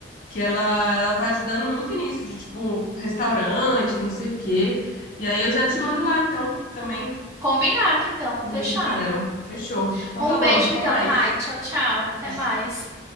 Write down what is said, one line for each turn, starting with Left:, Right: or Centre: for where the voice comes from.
Left: que ela, ela tá ajudando muito nisso, de tipo, restaurante, não sei o quê. E aí eu já
Right: Uhum.
Left: te mando lá, então, também,
Right: Combinado, então,
Left: no
Right: fechado.
Left: Insta dela. Fechou. Então
Right: Um
Left: tá bom,
Right: beijo
Left: até
Right: então,
Left: mais.
Right: Rai, tchau, tchau,
Left: Beijo.
Right: até mais.